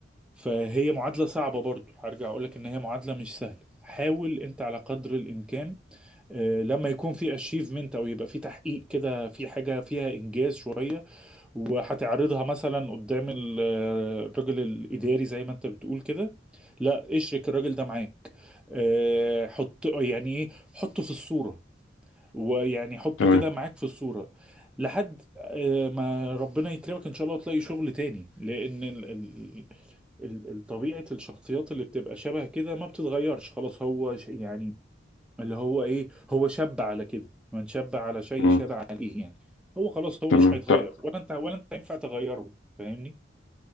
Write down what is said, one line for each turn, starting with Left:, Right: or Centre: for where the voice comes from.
Centre: فهي معادلة صعبة برضو هرجع اقول لك ان هي معادلة مش سهلة حاول انت على قدر الامكان آه، لما يكون في اشيفمنت او يبقى في تحقيق كده في حاجة فيها انجاز شوية وهتعرضها مثلا قدام ال- آه، الراجل الاداري زي ما انت بتقول كده لا اشرك الراجل ده معاك آه، حط يعني ايه حطه في الصورة ويعني حطه
Left: تمام
Centre: كده معاك في الصورة لحد آه، ما ربنا يكرمك ان شاء الله وتلاقي شغل تاني لان ال- ال- ال- ال- طبيعة الشخصيات اللي بتبقى شبه كده ما بتتغيرش خلاص هو ش- يعني اللي هو ايه هو شاب على كده من شاب على شيء
Left: امم
Centre: شاب عليه يعني هو خلاص هو
Left: تمام
Centre: مش هيتغير
Left: طب
Centre: ولا انت ولا انت ينفع تغيره فاهمني